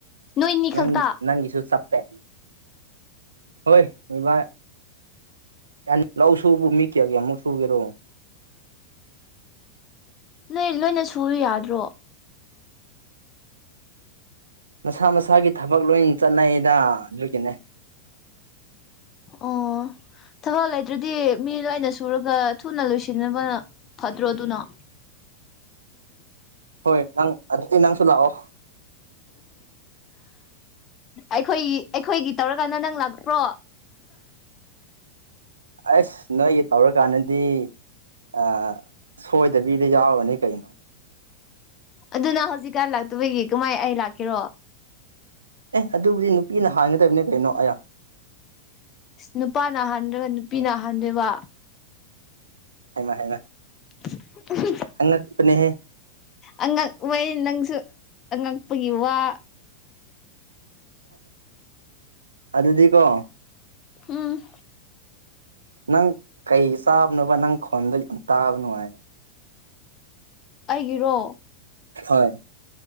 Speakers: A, on the left; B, on the right.
A: ꯅꯣꯏꯅꯤ
B: ꯅꯪꯒꯤ
A: ꯈꯛꯇ
B: ꯅꯪꯒꯤꯁꯨ ꯆꯞꯄꯦ ꯍꯣꯏ <unintelligible> ꯌꯥ <unintelligible> ꯂꯧ ꯁꯨꯕꯨ ꯃꯤ ꯀꯌꯥ ꯌꯥꯝꯃ ꯁꯨꯒꯦꯔꯣ
A: ꯅꯣꯏ ꯂꯣꯏꯅ ꯁꯨꯨꯔꯥ ꯌꯥꯗ꯭ꯔꯣ
B: ꯃꯁꯥ ꯃꯁꯥꯒꯤ ꯊꯕꯛ ꯂꯣꯏꯟ ꯆꯠꯅꯩꯗꯥ ꯑꯗꯨꯒꯤꯅꯦ
A: ꯑꯣ ꯊꯕꯛ ꯂꯩꯇ꯭ꯔꯗꯤ ꯃꯤ ꯂꯣꯏꯅ ꯁꯨꯔꯒ ꯊꯨꯅ ꯂꯣꯏꯁꯤꯟꯅꯕꯅ ꯐꯠꯇ꯭ꯔꯣ ꯑꯗꯨꯅ
B: ꯍꯣꯏ ꯅꯪ ꯑꯗꯨꯗꯤ ꯅꯪꯁꯨ ꯂꯥꯛꯑꯣ
A: ꯑꯩꯈꯣꯏꯒꯤ ꯑꯩꯈꯣꯏꯒꯤ ꯇꯧꯔꯀꯥꯟꯗ ꯅꯪ ꯂꯥꯛꯄ꯭ꯔꯣ
B: ꯑꯁ ꯅꯣꯏꯒꯤ ꯇꯧꯔꯀꯥꯟꯗꯗꯤ ꯑ ꯁꯣꯏꯗꯕꯤꯗ ꯌꯥꯎꯔꯅꯤ ꯀꯩꯅꯣ
A: ꯑꯗꯨꯅ ꯍꯧꯖꯤꯛꯀꯥꯟ ꯂꯥꯛꯇꯕꯒꯤ ꯀꯃꯥꯏ ꯑꯩ ꯂꯥꯛꯀꯦꯔꯣ
B: ꯑꯦ ꯑꯗꯨꯕꯨꯗꯤ ꯅꯨꯄꯤꯅ ꯍꯥꯟꯒꯗꯕꯅꯦ ꯀꯩꯅꯣ ꯑꯌꯥ
A: ꯏꯁ ꯅꯨꯄꯥꯅ ꯍꯟꯗ꯭ꯔꯒ ꯅꯨꯄꯤꯅ ꯍꯟꯗꯣꯏꯕ
B: ꯍꯩꯃ ꯍꯩꯃ
A: ꯑ
B: ꯑꯉꯛꯄꯅꯦꯍꯦ
A: ꯑꯉꯛꯄꯅꯤ ꯅꯪꯁꯨ ꯑꯉꯛꯄꯒꯤ ꯋꯥ
B: ꯑꯗꯨꯗꯤ ꯀꯣ
A: ꯍꯨꯝ
B: ꯅꯪ ꯀꯩ ꯆꯥꯕꯅꯣꯕ ꯅꯪ ꯈꯣꯟꯗꯣ ꯌꯥꯝ ꯇꯥꯕ ꯅꯨꯡꯉꯥꯏ
A: ꯑꯩꯒꯤꯔꯣ
B: ꯍꯣꯏ